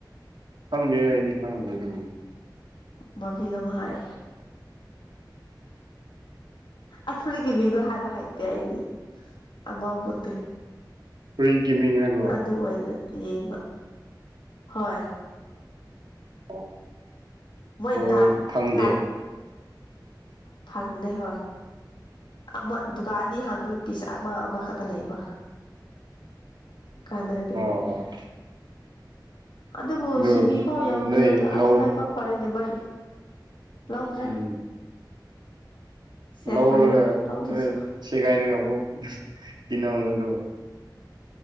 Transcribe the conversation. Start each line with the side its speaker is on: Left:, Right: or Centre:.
Right: ꯈꯪꯗꯦ ꯑꯩꯗꯤ ꯈꯪꯗꯦ ꯂ
Left: ꯃꯕꯤ ꯑꯃ ꯍꯥꯏ ꯑꯐꯔꯤꯀꯤ ꯃꯤꯡꯗꯣ ꯍꯥꯏꯕ ꯍꯩꯇꯦ ꯑꯩꯗꯤ ꯑꯅꯧꯕꯗꯤ
Right: ꯄꯔꯤꯜꯒꯤ ꯃꯤꯡ ꯍꯥꯏꯕ꯭ꯔꯣ
Left: ꯑꯗꯨ ꯑꯣꯏꯅ ꯌꯦꯡꯕ ꯍꯣꯏ
Right: ꯑꯣ
Left: ꯃꯣꯏ
Right: ꯑꯣ
Left: ꯗꯥꯛ
Right: ꯐꯪꯗꯦ
Left: ꯗꯥꯛ ꯐꯪꯗꯦ ꯍꯣꯏ ꯑꯃ ꯗꯨꯀꯥꯟ ꯑꯅꯤ ꯍꯥꯡꯕ ꯄꯤꯁ ꯑꯃ ꯑꯃꯈꯛꯇ ꯂꯩꯕ ꯀꯥꯟꯅꯗꯦ
Right: ꯑꯣ
Left: ꯗꯨꯗꯤ
Right: ꯑꯣ
Left: ꯑꯗꯨꯕꯨ
Right: ꯑꯗꯨ
Left: ꯁꯤꯃꯤ ꯐꯥꯎ ꯌꯥꯎꯕꯤꯔꯕꯗ
Right: ꯅꯣꯏ ꯂꯧꯔ
Left: ꯑꯁ ꯂꯥꯏꯕꯥꯛ ꯐꯔꯦꯅꯦ ꯃꯔꯤ ꯂꯧꯗ꯭ꯔꯦ
Right: ꯎꯝ
Left: ꯁꯦꯐ
Right: ꯂꯧꯔꯒ
Left: ꯑꯣꯏꯔꯦ ꯂꯧꯗ꯭ꯔꯁꯨ
Right: ꯅꯣꯏ ꯁꯦꯒꯥꯏꯔꯒ ꯑꯃꯨꯛ ꯇꯤꯟꯅꯧꯅ ꯑꯗꯨ